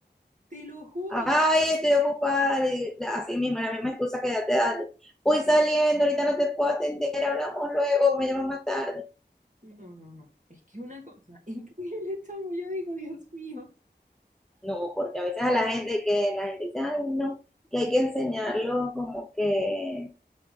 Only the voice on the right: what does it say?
te lo juro.
No, no, no. Es que es una cosa <laughs> increíble, chamo. Yo digo, Dios mío.